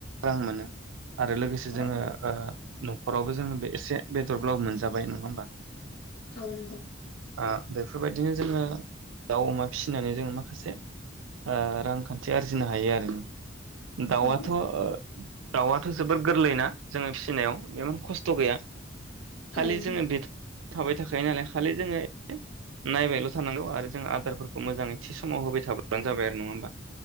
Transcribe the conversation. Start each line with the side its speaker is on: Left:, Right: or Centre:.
Right: आ मोनो आरो लोगोसे
Left: औ
Right: जोङो ओ न'खराव बो जोङो बेस एसे बेदरब्लाबो मोनजाबाय नङा होमबा।
Left: ओ नोंगौ।
Right: ओ बेफोरबायदिनो जोङो दाउ अमा फिसिनानै जोङो माखासे ओ रांखान्थि आरजिनो हायो आरो। दाउआथ
Left: औ
Right: ओ दाउआथ जबोर गोरलैना? जोङो फिसिनायाव बेमोन खस्थ गैया खालि
Left: औ नंगौ
Right: जोङो बे थाबाय थाखायो नालाय खालि जोङो नायबायल थानांगौ आरो जों आदारफोरखौ मोजाङै थि समाव होबाय थाब्लानो जाबाय आरो नङा होमबा।